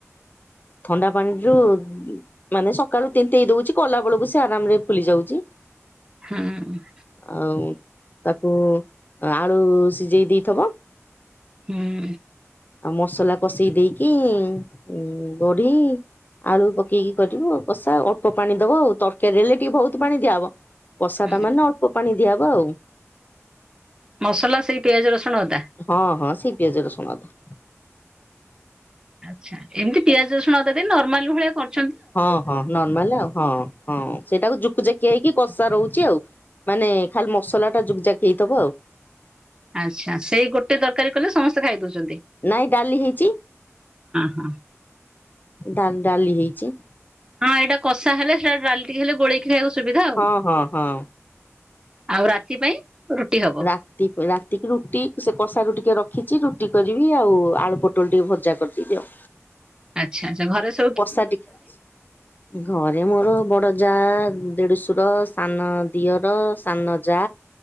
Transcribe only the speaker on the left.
ଥଣ୍ଡା ପାଣିରୁ ମାନେ ସକାଳୁ ତିନ୍ତେଇ ଦଉଛି କଲା ବେଳକୁ ସେ ଆରାମରେ ଫୁଲି ଯାଉଛି
ଆଉଁ ତାକୁ ଆଳୁ ସିଝେଇ ଦେଇଥବ
ଆଉ ମସଲା ପଷେଇ ଦେଇକି ଉଁ ବଢି ଆଳୁ ପକେଇକି କରିବୁ କଷା ଅଳ୍ପ ପାଣି ଦବ ଆଉ ତରକାରୀ ହେଲେ ଟିକେ ବହୁତ ପାଣି ଦିଆହବ। କଷା
ଟା ମାନେ ଅଳ୍ପ ପାଣି ଦିଆବ ଆଉ।
ହଁ ହଁ ସେଇ ପିଆଜ ରସୁଣ ଅଦା।
ହଁ ହଁ ନର୍ମାଲ ଆଉ ହଁ ହଁ ସେଇଟାକୁ ଯୁକୁ ଯାକ ହେଇକି କଷା ରହୁଛି ଆଉ ମାନେ ଖାଲି ମସଲା ଟା ଯୁକ ଯାକ ହେଇଥବ ଆଉ।
ନାଇଁ ଡାଲି ହେଇଚି
ଡା ଡାଲି ହେଇଚି
ହଁ ହଁ ହଁ
ରା ରାତିକି ରୁଟି ସେ କଷାରୁ ଟିକେ ରଖିଛି ରୁଟି କରିବି ଆଉ ଆଳୁ ପୋଟଳ ଟିକେ ଭଜା କରିଦେବି ଆଉ।
ପସା ଟିକ <unintelligible> ଘରେ ମୋର ବଡ ଯା ଦେଢଶୁର ସାନ ଦିଅର ସାନ ଯା,